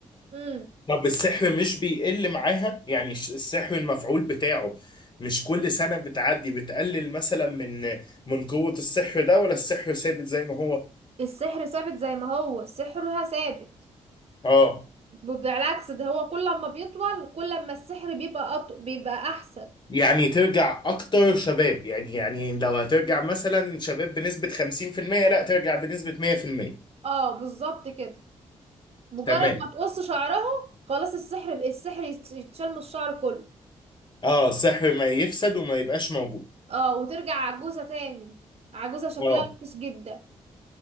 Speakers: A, on the right; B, on the left.
A: امم
B: طب السحر مش بيقل معاها يعني الش- السحر المفعول بتاعه مش كل سنة بتعدي بتقلل مثلا من من قوة السحر ده ولا السحر ثابت زي ما هو
A: السحر ثابت زي ما هو سحرها ثابت
B: اه
A: بالعكس ده هو كل ما بيطول كل ما السحر بيبقى أط... بيبقى احسن
B: يعني ترجع اكتر شباب يعني يعني لو هترجع مثلا شباب بنسبة 50% لا ترجع بنسبة 100%
A: اه بالظبط كده مجرد
B: تمام
A: ما تقص شعرها خلاص السحر السحر يتشال من الشعر كله
B: اه السحر ما يفسد وما يبقاش موجود
A: اه وترجع عجوزة تاني عجوزة شكلها
B: اه
A: وحش جدا